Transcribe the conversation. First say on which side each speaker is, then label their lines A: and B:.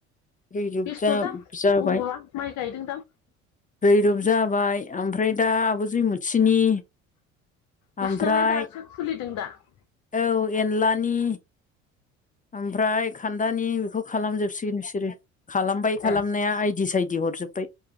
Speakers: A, on the left; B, on the left.
A: रिजुग
B: बेस्थ'दां
A: जा जाबाय
B: अबावबा माइ गायदोंदां
A: रैरुप जाबाय आमफ्राय दा आब' जैमुथिनि
B: <unintelligible>
A: ओमफ्राय औ एनलानि ओमफ्राय खान्दानि बेखौ खालामजोबसिगोन बिसोरो। खालामबाय खालामनाया
B: ए
A: आइदि साइदि हरजोब्बाय।